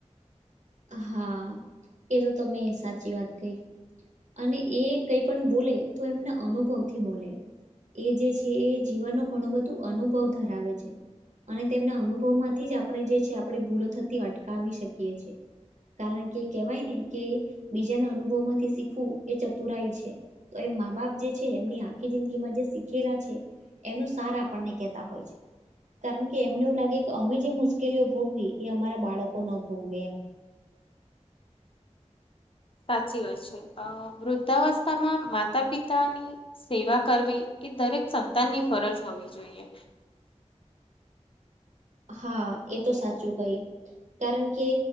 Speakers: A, on the right; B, on the left.
A: હા, એ તો તમે સાચી વાત કહી. અને એ કંઈ પણ બોલે તો એમના અનુભવથી બોલે. એ જે છે, એ જીવનનો ઘણું બધું અનુભવ ધરાવે છે. અને તેમના અનુભવમાંથી જ આપણે જે છે, આપણે ભૂલો થતી અટકાવી શકીએ છીએ. કારણ કે કેહેવાય ને કે, બીજાના અનુભવ માંથી શીખવું એ ચતુરાય છે. તો એમ મા-બાપ જે છે, એમની આખી જિંદગીમાં જે શીખેલા છે. એનું સાર આપણને કેતા હોય છે. કારણ કે એમને એવું લાગે કે, અમે જે મુશ્કેલીઓ ભોગવી, એ અમારા બાળકો ના ભોગવી એમ.
B: સાચી વાત છે, વૃદ્ધાવસ્થામાં માતા-પિતાની સેવા કરવી. એ દરેક સંતાનની ફરજ હોવી જોઈએ.
A: હા, એ તો સાચું કઈ. કારણ કે